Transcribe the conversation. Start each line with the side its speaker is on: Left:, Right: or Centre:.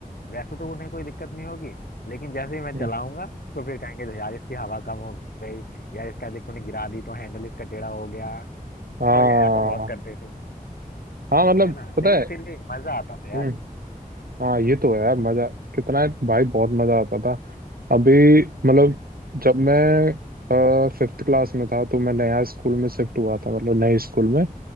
Left: वैसे तो उन्हें कोई दिक्कत नहीं होगी लेकिन जैसे ही मैं
Right: हम्म,
Left: चलाऊंगा तो फिर कहेंगे "तो यार इसकी हवा कम हो गई यार इसका देख तूने गिरा दी तो हैंडल इसका टेढ़ा हो गया <laughs> तो
Right: हाँ
Left: ये ऐसा बहुत करते थे
Right: हाँ मतलब
Left: है ना
Right: पता
Left: लेकिन
Right: है
Left: फिर भी मजा आता था यार
Right: हम्म, हाँ ये तो
Left: हम्म
Right: है यार मजा कितना है भाई बहुत मजा आता था अभी मतलब
Left: बिल-
Right: जब मैं फिफ्थ क्लास में था तो मैं नया स्कूल में शिफ्ट हुआ था मतलब नए स्कूल में